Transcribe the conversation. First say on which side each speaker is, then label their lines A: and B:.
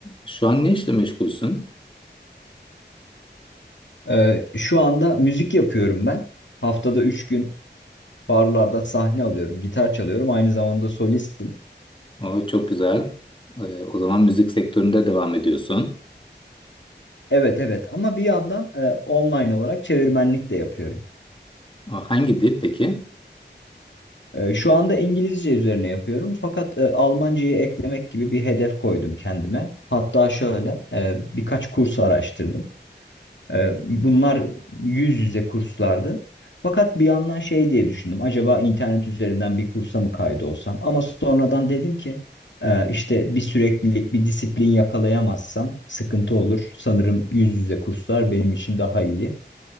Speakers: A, on the left; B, on the left.
A: Şu an ne işle meşgulsün?
B: Ee, şu anda müzik yapıyorum ben. Haftada üç gün barlarda sahne alıyorum, gitar çalıyorum. Aynı zamanda solistim.
A: O çok güzel. Ee, o zaman müzik sektöründe devam ediyorsun.
B: Evet evet ama bir yandan e, online olarak çevirmenlik de yapıyorum.
A: O hangi dil peki?
B: E, şu anda İngilizce üzerine yapıyorum fakat e, Almancayı eklemek gibi bir hedef koydum kendime. Hatta şöyle e, birkaç kurs araştırdım. Ee, bunlar yüz yüze kurslardı. Fakat bir yandan şey diye düşündüm. Acaba internet üzerinden bir kursa mı kaydolsam? Ama sonradan dedim ki e, işte bir süreklilik, bir disiplin yakalayamazsam sıkıntı olur. Sanırım yüz yüze kurslar benim için daha iyi.